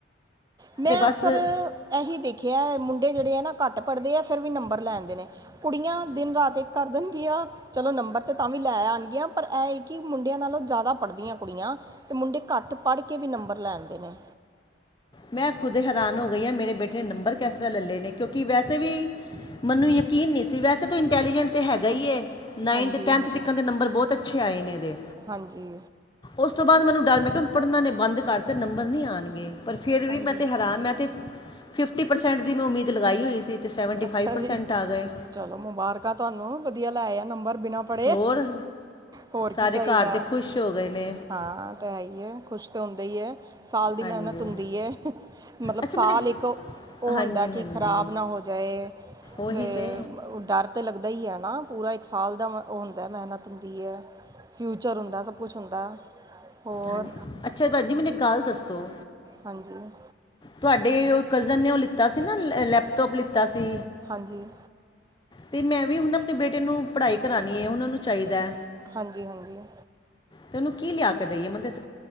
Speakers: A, on the right; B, on the left.
A: ਮੈਂ
B: ਬਸ
A: ਅਕਸਰ ਇਹੀ ਦੇਖਿਆ ਮੁੰਡੇ ਜਿਹੜੇ ਐ ਨਾ ਘੱਟ ਪੜ੍ਹਦੇ ਆ ਫੇਰ ਵੀ ਨੰਬਰ ਲੈਂ ਆੰਦੇ ਨੇ, ਕੁੜੀਆਂ ਦਿਨ-ਰਾਤ ਇੱਕ ਕਰ ਦੇਣਗੀਆਂ, ਚਲੋ ਨੰਬਰ ਤੇ ਤਾਂ ਵੀ ਲੈ ਆਣਗੀਆਂ ਪਰ ਐ ਏ ਕਿ ਮੁੰਡਿਆਂ ਨਾਲੋਂ ਜਿਆਦਾ ਪੜਦੀਆ ਕੁੜੀਆਂ ਤੇ ਮੁੰਡੇ ਘੱਟ ਪੜ੍ਹ ਕੇ ਵੀ ਨੰਬਰ ਲੈਂ ਆੰਦੇ ਨੇ।
B: ਮੈਂ ਖੁਦ ਹੈਰਾਨ ਹੋ ਗਈ ਆਂ ਮੇਰੇ ਬੇਟੇ ਨੇ ਨੰਬਰ ਕੈਸ ਤਰ੍ਹਾਂ ਲੈ ਲਏ ਨੇ ਕਿਉਂਕਿ ਵੈਸੇ ਵੀ ਮੈਨੂੰ ਯਕੀਨ ਨੀ ਸੀ, ਵੈਸੇ ਤੋ ਇੰਟੈਲੀਜੈਂਟ ਤੇ ਹੈਗਾ ਈ ਏ। ਨਾਈਨਥ
A: ਹਾਂਜੀ
B: ਟੈਂਨਥ
A: ਹਾਂਜੀ
B: ਤਿਕਣ ਤੇ ਨੰਬਰ ਬਹੁਤ ਅੱਛੇ ਆਏ ਨੇ ਏਦੇ।
A: ਹਾਂਜੀ
B: ਉਸ ਤੋਂ ਬਾਦ ਮੈਨੂੰ ਡਰ ਮੈਂ ਕਿਹਾ ਹੁਣ ਪੜ੍ਹਨਾ ਏਨੇ ਬੰਦ ਕਰਤਾ ਨੰਬਰ ਨਹੀਂ ਆਣਗੇ। ਪਰ ਫੇਰ ਵੀ
A: ਹਾਂਜੀ
B: ਮੈਂ ਤੇ ਹੈਰਾਨ ਮੈਂ ਤੇ ਫਿਫਟੀ ਪਰਸੈਂਟ ਦੀ ਮੈਂ ਉਮੀਦ ਲਗਾਈ ਹੋਈ ਸੀ। ਤੇ ਸੈਵਨਟੀ ਫਾਈਵ
A: ਅੱਛਾ
B: ਪਰਸੈਂਟ
A: ਜੀ
B: ਆ ਗਏ।
A: ਚਲੋ ਮੁਬਾਰਕਾਂ ਤੁਹਾਨੂੰ, ਵਧੀਆ ਲੈ ਆਇਆ ਨੰਬਰ ਬਿਨਾਂ ਪ ਪੜੇ
B: ਹੋਰ
A: ਹੋਰ
B: ਸਾਰੇ
A: ਕੀ ਚਾਈਦਾ।
B: ਘਰ ਦੇ ਖੁਸ਼ ਹੋ ਗਏ ਨੇ
A: ਹਾਂ ਔ ਤੇ ਹੈ ਈ ਏ, ਖੁਸ਼ ਤੇ ਹੁੰਦਾ ਹੀ ਏ। ਸਾਲ ਦੀ
B: ਹਾਂਜੀ
A: ਮਿਹਨਤ ਹੁੰਦੀ ਏ ਮਤਲਬ
B: ਅੱਛਾ
A: ਸਾਲ
B: ਮੈਨੇ
A: ਇੱਕ ਉਹ
B: ਹਾਂਜੀ
A: ਹੁੰਦੈ
B: ਹਾਂਜੀ
A: ਕਿ ਖ਼ਰਾਬ ਨਾ ਹੋ ਜਾਏ
B: ਉਹੀ
A: ਗਏ
B: ਤੇ
A: ਉਹ ਡਰ ਤੇ ਲੱਗਦਾ ਈ ਐ ਨਾ ਪੂਰਾ ਇੱਕ ਸਾਲ ਦਾ ਮ ਓਹ ਹੁੰਦੈ ਮਿਹਨਤ ਹੁੰਦੀ ਐ। ਫਿਊਚਰ ਹੁੰਦਾ ਸਭ ਕੁਛ ਹੁੰਦਾ, ਹੋਰ।
B: ਹਾਂਜੀ ਅੱਛਾ ਭੈਣ ਜੀ ਮੈਨੂੰ ਇਕ ਗੱਲ ਦੱਸੋ?
A: ਹਾਂਜੀ।
B: ਤੁਹਾਡੀ ਔ ਕਜ਼ਨ ਨੇ ਓਹ ਲਿੱਤਾ ਸੀ ਨਾ ਲੈਪਟੋਪ ਲਿੱਤਾ ਸੀ।
A: ਹਾਂਜੀ।
B: ਤੇ ਮੈਂ ਵੀ ਹੁਣ ਨਾ ਅਪਣੇ ਬੇਟੇ ਨੂੰ ਪੜ੍ਹਾਈ ਕਰਾਣੀ ਏ, ਹੁਣ ਓਨੂੰ ਚਾਈਦੈ।
A: ਹਾਂਜੀ, ਹਾਂਜੀ।
B: ਤੇ ਔਨੂੰ ਕੀ ਲਿਆ ਕੇ ਦੇਈਏ ਮੈਨੂੰ ਤੇ ਸ